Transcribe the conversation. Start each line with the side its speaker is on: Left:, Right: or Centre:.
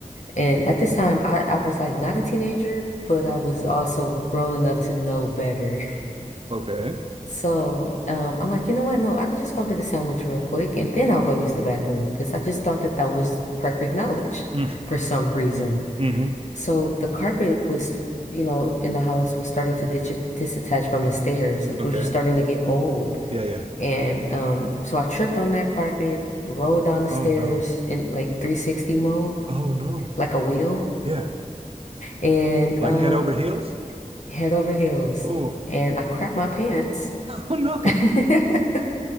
Left: And at this time I, I was like not a teenager, but I was also grown enough to know better.
Right: Okay.
Left: So um, I'm like, you know what? No, I can just go get a sandwich real quick and then I'll go use the bathroom because I just thought that that was perfect knowledge
Right: Mm,
Left: for some reason.
Right: hmm
Left: So the carpet was, you know, in the house was starting to ditch disattach from the stairs. Like
Right: Okay.
Left: it was just starting to get old.
Right: Yeah, yeah.
Left: And um, so I tripped on that carpet, rolled down the
Right: Oh
Left: stairs
Right: no.
Left: in like 360 mode,
Right: Oh no.
Left: like a wheel,
Right: Yeah.
Left: and
Right: Like
Left: um,
Right: head over heels?
Left: head over heels.
Right: Oh,
Left: And I crapped my pants.
Right: oh no.
Left: <laughs> I